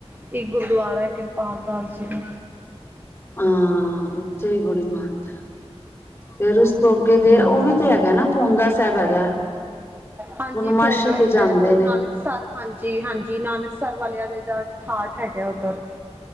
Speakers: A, on the right; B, on the left.
A: ਇੱਕ ਗੁਰਦੁਆਰਾ ਹੈ ਕਿਰਪਾਲ ਦਾਸ ਜੀ ਦਾ।
B: ਹਾਂ, ਉੱਥੇ ਵੀ ਬੜੀ ਮਹਾਨਤਾ। ਫਿਰ ਉਸ ਤੋਂ ਅੱਗੇ ਦੇ
A: ਹਮ
B: ਉਹ ਵੀ ਤੇ ਹੈਗਾ ਨਾ ਪੂੰਦਾ ਸਾਹਿਬ ਹੈਗਾ
A: ਹਾਂਜੀ
B: ਪੂਰਨਮਾਸ਼ੀ
A: ਪੋਂਦਾ
B: ਤੇ
A: ਸਾਹਿਬ,
B: ਜਾਂਦੇ
A: ਉਹ
B: ਨੇ
A: ਨਾਨਕਸਰ ਹਾਂਜੀ-ਹਾਂਜੀ, ਨਾਨਕ ਸਰ ਵਾਲਿਆ ਦੇ ਦਾ ਠਾਠ ਹੈਗਾ ਉੱਧਰ।